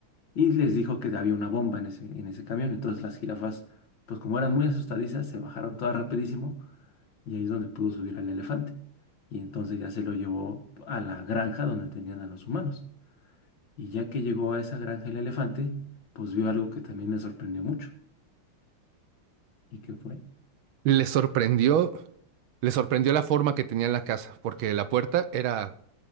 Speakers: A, on the left; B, on the right.
A: y les dijo que había una bomba en ese, en ese camión. Entonces las jirafas, pues como eran muy asustadizas, se bajaron todas rapidísimo y ahí es donde pudo subir al elefante. Y entonces ya se lo llevó a la granja donde tenían a los humanos. Y ya que llegó a esa granja el elefante, pues vio algo que también le sorprendió mucho. ¿Y qué fue?
B: le sorprendió, le sorprendió la forma que tenía en la casa, porque la puerta era